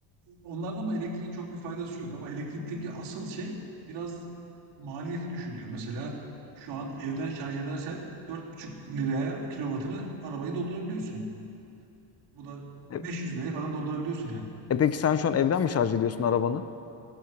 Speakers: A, on the right; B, on the left.
A: Onlarda ama elektriğin çok bir faydası yok. Ama elektrikteki asıl şey biraz maliyeti düşürüyor. Mesela şu an evden şarj edersen 4,5 liraya kilovatını arabayı doldurabiliyorsun. Bu da
B: E,
A: 500 liraya falan doldurabiliyorsun yani.
B: e peki sen şu an evden mi şarj ediyorsun arabanı?